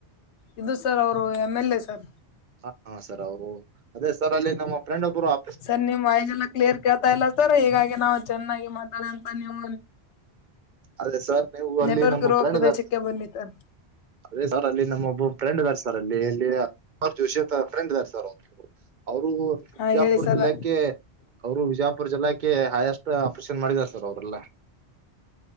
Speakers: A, on the left (about 85°); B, on the right (about 55°).
A: ಇದು ಸರ್ ಅವರು ಎಮ್ ಎಲ್ ಎ ಸರ್.
B: ಹ ಹ ಸರ್ ಅವರು ಅದೇ ಸರ್ ಅಲ್ಲಿ ನಮ್ಮ ಫ್ರೆಂಡ್ ಒಬ್ರು ಅ
A: ಸರ್ ನಿಮ್ ವೈಜ ಎಲ್ಲ ಕ್ಲಿಯರ್. ಕೇಳ್ತಾ ಇಲ್ಲ ಸರ ಹೀಗಾಗಿ ನಾವ ಚೆನ್ನಾಗಿ ಮಾತಾಡಂತ ನೀವು
B: ಆದ್ರೆ ಸರ್ ನೀವು ಅಲ್ಲಿ
A: ನೆಟ್ವರ್ಕ್
B: ನಮ್ಮ
A: ಇರುವ
B: ಪ್ರನ್
A: ಪ್ರದೇಶಕ್ಕೆ
B: ಇದ್
A: ಬನ್ನಿ ಸರ್
B: ಅದೇ ಸರ್ ಅಲ್ಲಿ ನಮ್ಮೊಬ್ಬ ಫ್ರೆಂಡ್ ಇದಾರೆ ಸರ್ ಅಲ್ಲಿ ಎಲ್ಲಿ ರ್ ಜೋಶಿ ಆತ ಫ್ರೆಂಡ್ ಅದರ ಸರ್. ಅವರು
A: ಹಾ
B: ವಿಜಾಪುರ
A: ಹೇಳಿ ಸರ್
B: ಜಿಲ್ಲಕ್ಕೆ ಅವರು ವಿಜಯಾಪುರ್ ಜಿಲ್ಲಾಕ್ಕೆ ಹಯಸ್ ಸ ಆಪರೇಷನ್ ಮಾಡಿದ್ದಾರ ಸರ್ ಅವ್ರಲ್ಲ.